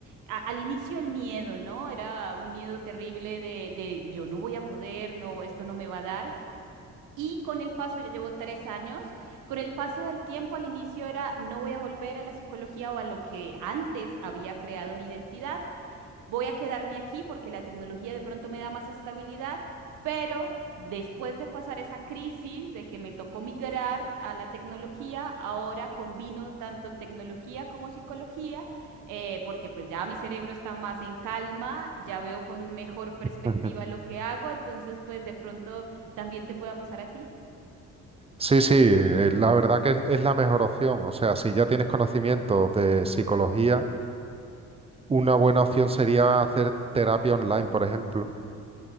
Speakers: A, on the right (about 85°); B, on the right (about 20°).
A: a- al inicio el miedo, ¿no? Era un miedo terrible de, de yo no voy a poder, no, esto no me va a dar. Y con el paso, ya llevo tres años, con el paso del tiempo al inicio era, no voy a volver a la psicología o a lo que antes había creado mi identidad, voy a quedarme aquí porque la tecnología de pronto me da más estabilidad, pero después de pasar esa crisis de que me tocó migrar a la tecnología, ahora combino tanto tecnología como psicología, eh, porque pues ya mi cerebro está más en calma, ya veo con mejor perspectiva
B: Ujú.
A: lo que hago, entonces pues de pronto también te pueda pasar a ti.
B: Sí, sí, eh, la verdad que es, es la mejor opción. O sea, si ya tienes conocimientos de psicología, una buena opción sería hacer terapia online, por ejemplo,